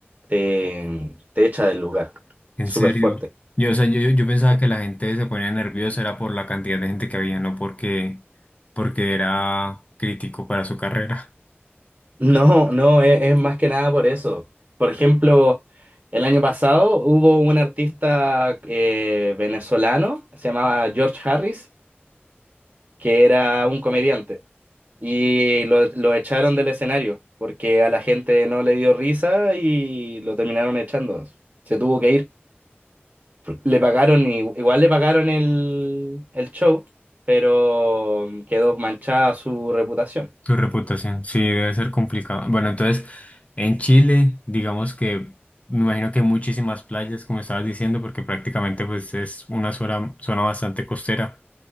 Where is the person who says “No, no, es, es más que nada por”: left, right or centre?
Right